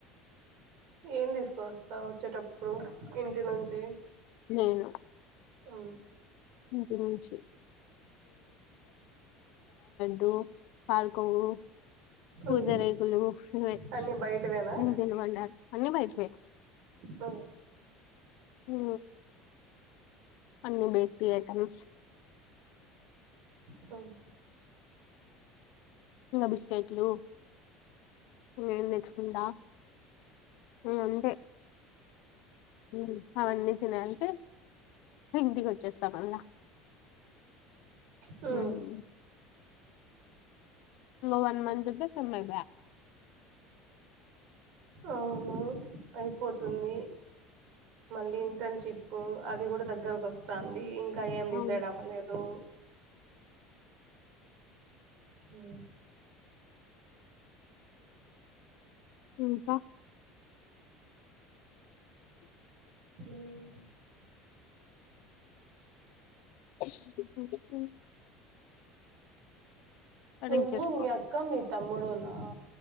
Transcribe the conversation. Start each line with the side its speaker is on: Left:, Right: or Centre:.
Right: ఏం తీసుకొస్తా వచ్చేటప్పుడు ఇంటి నుంచి
Left: నేను
Right: ఓ
Left: ఇంటి నుంచి డో పాల్కవు పూత
Right: ఉమ్.
Left: రేకులు ఈవె
Right: అన్ని బయటవేనా
Left: తిను తినమంటారు అన్ని బయటవే
Right: అ
Left: ఊ అన్ని బేకరీ ఐటమ్స్
Right: పమ్
Left: ఇంగా బిక్కెట్లు మేము తెచ్చుకొనుడా ఉ అంతే ఉ అవన్నీ తినే యలకే ఇంటికి వచ్చేస్తా మల్లా
Right: ఉ
Left: ఇంకో ఇంకో వన్ మంత్ ఉంటే సమయిపోయా
Right: అవును అయ్యిపోతుంది మళ్ళీ ఇంటర్న్షిప్ అది కూడా దగ్గరకు వస్త ది ఇంకా ఇంకా ఏం డిసైడ్
Left: అవును
Right: అవ్వలేదు ఉ
Left: ఇంకా
Right: ఉమ్
Left: <unintelligible> ఆరెంజ్చేసుకో
Right: నువ్వు మీ అక్క మీ తమ్ముడునా